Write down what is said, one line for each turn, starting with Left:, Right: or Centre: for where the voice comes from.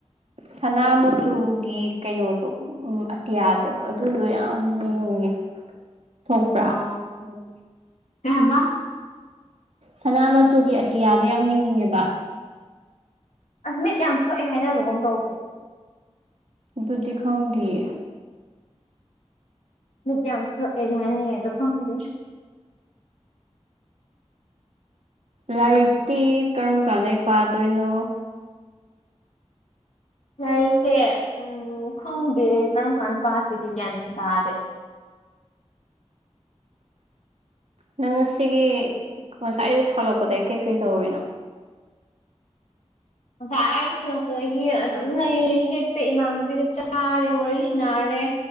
Right: ꯁꯅꯥ ꯃꯆꯨꯒꯤ ꯀꯩꯅꯣꯗꯣ ꯎꯝ ꯑꯇꯤꯌꯥꯗꯣ ꯑꯗꯨꯗꯣ ꯌꯥꯝ ꯌꯦꯡꯅꯤꯡꯉꯦ ꯊꯣꯛꯄ꯭ꯔꯥ
Left: ꯑꯣ
Right: ꯎꯝ
Left: ꯀꯩ ꯍꯥꯕ
Right: ꯁꯅꯥ ꯃꯆꯨꯒꯤ ꯑꯇꯤꯌꯥꯗꯣ ꯌꯥꯝ ꯌ‌ꯦꯡꯅꯤꯡꯉꯦꯕ
Left: ꯑꯁ ꯃꯤꯠ ꯌꯥꯝ ꯁꯣꯛꯑꯦ ꯍꯥꯏꯅꯕꯒꯨꯝ ꯇꯧꯕꯅꯦ
Right: ꯑꯗꯨꯗꯤ ꯈꯪꯗꯤꯌꯦ
Left: ꯃꯤꯠ ꯌꯥꯝ ꯁ‌ꯣꯛꯑ‌ꯦꯗꯤ ꯍꯥꯏꯅꯩ ꯑꯗ‌ꯣ ꯈ‌ꯪꯗ‌‌ꯦ
Right: ꯂꯥꯏꯔꯤꯛꯇꯤ ꯀꯔꯝ ꯀꯥꯟꯗꯩ ꯄꯥꯗꯣꯏꯅꯣ
Left: ꯂꯥꯏꯔꯤꯛꯁꯦ ꯎꯝ ꯈꯪꯗꯦ ꯀꯔꯝ ꯀꯥꯟ ꯄꯥꯁꯤꯒꯦ ꯒ꯭ꯌꯥꯟ ꯇꯥꯗꯦ
Right: ꯅꯪ ꯉꯁꯤꯒꯤ ꯉꯁꯥꯏ ꯗꯩ ꯐ‌ꯣꯂꯛ ꯄꯗꯒꯤ ꯀꯩꯀꯩ ꯇꯧꯔꯤꯅꯣ
Left: ꯉꯁꯥꯏ ꯑꯩꯅ ꯁꯂꯛꯄꯗꯒꯤ ꯑꯗꯨꯝ ꯂꯩꯔꯦ ꯍꯤꯞꯄꯤ ꯏꯃꯥꯟꯅꯕꯤꯒ ꯆꯥꯔꯦ ꯋꯥꯔꯤ ꯁꯅꯔꯦ